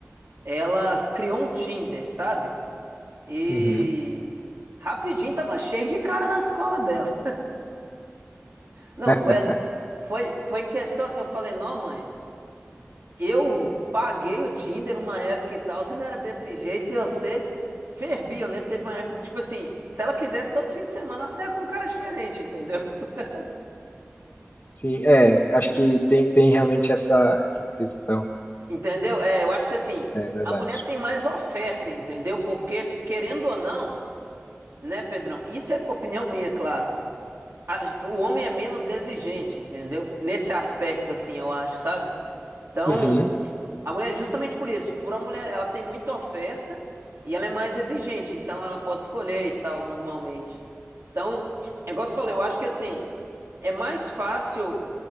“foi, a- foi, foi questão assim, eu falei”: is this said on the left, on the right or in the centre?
Right